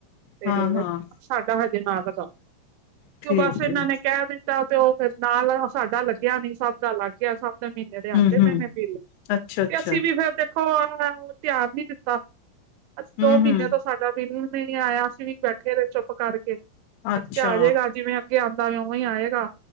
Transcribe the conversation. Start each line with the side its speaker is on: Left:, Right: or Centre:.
Right: ਤੇ
Left: ਹਾਂ ਹਾਂ
Right: ਸਾਡਾ ਹਜੇ ਨਾ ਲਗਾਓ। ਤੇ
Left: ਠੀਕ
Right: ਓ ਬਸ ਏਨਾਂ
Left: ਹੈ
Right: ਨੇ ਕੈ ਦਿ ਚਾ ਤੇ ਓ ਫੇਰ ਨਾਲ ਹ ਸਾਡਾ ਲੱਗਿਆਂ ਨੀ ਸਭ ਦਾ ਲਾ ਗਿਆ ਸਭ ਦੇ ਮ੍ਹੀਨੇ ਦੇ
Left: ਹਮ
Right: ਆਂਦੇ
Left: ਹਮ
Right: ਪਏ ਨੇ ਬਿੱਲ ਤੇ
Left: ਅੱਛਾ ਅੱਛਾ
Right: ਅਸੀਂ ਵੀ ਫੇਰ ਦੇਖੋ ਧਿਆਨ ਨੀ ਦਿੱਤਾ। ਅੱਛ
Left: ਹਮ
Right: ਦੋ ਮ੍ਹੀਨਿਆਂ
Left: ਹਮ
Right: ਤੋਂ ਸਾਡਾ ਬਿੱਲ ਵੀ ਨੀ ਆਇਆ ਅਸੀਂ ਵੀ ਬੈਠੇ ਰਏ ਚੁੱਪ ਕਰਕੇ।
Left: ਅੱਛਾ
Right: ਅਸੀਂ ਕੇਆ ਆਜੇਗਾ ਜਿਵੇਂ ਅੱਗੇ ਆਂਦਾ ਇਵੇਂ ਉਵੇਂ ਈ ਆਏਗਾ।